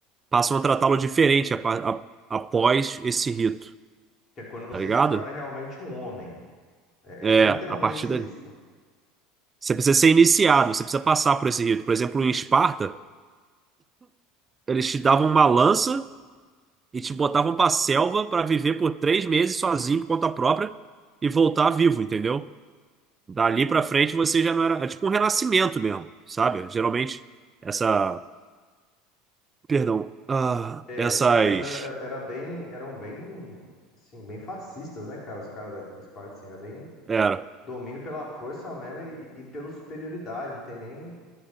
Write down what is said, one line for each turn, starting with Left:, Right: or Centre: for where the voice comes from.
Right: passam a tratá-lo diferente apa- a- após esse rito.
Left: que é quando você
Right: Tá ligado?
Left: se torna realmente um homem. É,
Right: É,
Left: é- é literalmente
Right: a partir dali.
Left: isso.
Right: Você precisa ser iniciado, você precisa passar por esse rito. Por exemplo, em Esparta, eles te davam uma lança e te botavam pra selva pra viver por três meses sozinho por conta própria e voltar vivo, entendeu? Dali pra frente você já não era. É tipo um renascimento mesmo, sabe? Geralmente, essa. Perdão. Ah,
Left: É,
Right: essas.
Left: os caras era, era era bem, eram bem, assim, bem fascistas, né, cara? Os caras da da Esparta, assim, era bem
Right: Era.
Left: domínio pela força mesmo e, e pela superioridade. Não tem nem,